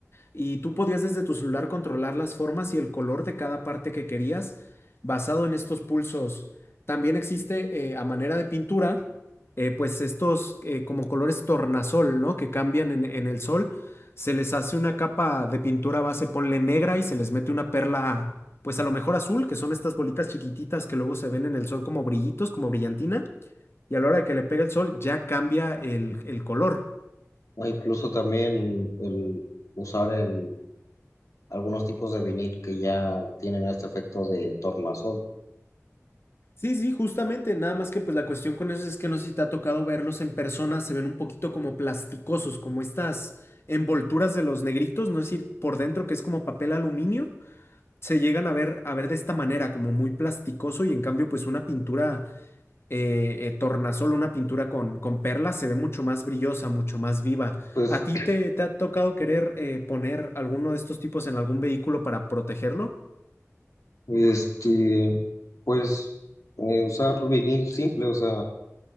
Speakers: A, on the left; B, on the left.
A: y tú podías desde tu celular controlar las formas y el color de cada parte que querías basado en estos pulsos. También existe eh, a manera de pintura, eh, pues estos eh, como colores tornasol, ¿no? Que cambian en, en el sol. Se les hace una capa de pintura base, ponle negra y se les mete una perla, pues a lo mejor azul, que son estas bolitas chiquititas que luego se ven en el sol como brillitos, como brillantina. Y a la hora de que le pega el sol ya cambia el el color.
B: o incluso también el usar el, algunos tipos de vinil que ya tienen este efecto de tornasol.
A: Sí, sí, justamente, nada más que pues la cuestión con eso es que no sé si te ha tocado verlos en persona, se ven un poquito como plasticosos, como estas envolturas de los negritos, no es decir, por dentro que es como papel aluminio, se llegan a ver, a ver de esta manera, como muy plasticoso y en cambio pues una pintura eh, eh, tornasol, una pintura con, con perlas se ve mucho más brillosa, mucho más viva.
B: Pues,
A: ¿A ti te, te ha tocado querer eh, poner alguno de estos tipos en algún vehículo para protegerlo?
B: este, pues eh, usar vinil simple, o sea,